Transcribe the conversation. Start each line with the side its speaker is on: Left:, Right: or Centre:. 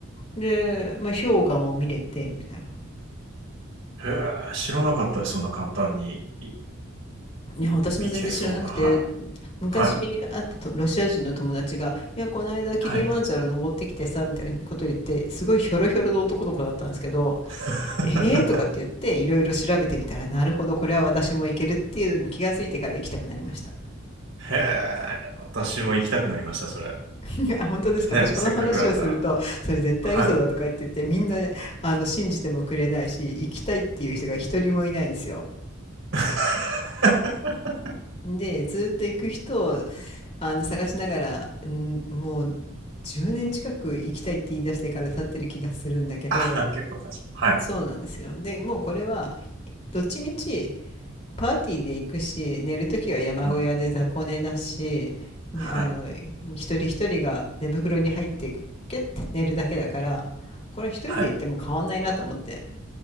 Left: で、まあ、氷河も見れてみたいな。
Right: へえ、知らなかったです、そんな簡単にい
Left: いや私も全然知らなくて
Right: 行けそうな。は
Left: 昔会ったとロシア人の友達が「いやこの間キリマンジャロ登ってきてさ」みたいなことを言ってすごいひょろひょろの男の子だったんですけど
Right: い。はい。はい。<laughs>
Left: 「えー?」とかって言っていろいろ調べてみたらなるほどこれは私も行けるっていうのに気がついてから行きたくなりました
Right: へえ、私も行きたくなりました、それ。
Left: <laughs>。あ本当ですか私この話をするとそれ絶対嘘だとか言って言ってみんなあの信じてもくれないし行きたいっていう人が一人もいないんですよ。
Right: ね、せっかくだったら。はい。<laughs>
Left: で、ずっと行く人をあの探しながら、んもう10年近く行きたいって言い出してから経ってる気がするんだけど、
Right: あ、結構経ちます。はい。
Left: そうなんですよ。で、もうこれは、どっちみちパーティーで行くし、寝るときは山小屋で雑魚寝だし、
Right: うん。はい。
Left: あの、一人一人が寝袋に入ってキュッて寝るだけだから、これ一人で行っても変わんないなと思って。
Right: はい。